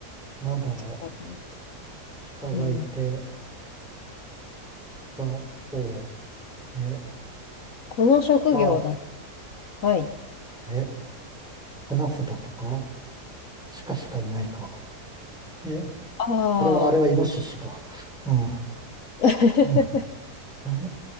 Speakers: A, in the centre; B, on the left.
A: なんだろ
B: 鹿がいて。
A: う、鹿がいて、
B: うん。
A: 鹿、塔、えー、
B: この職業だ。
A: あ、
B: はい。
A: えー、花札とか、鹿しかいないか。え、
B: ああ。
A: あれは、あれはイノシシか。うん
B: <laughs>
A: うん。え、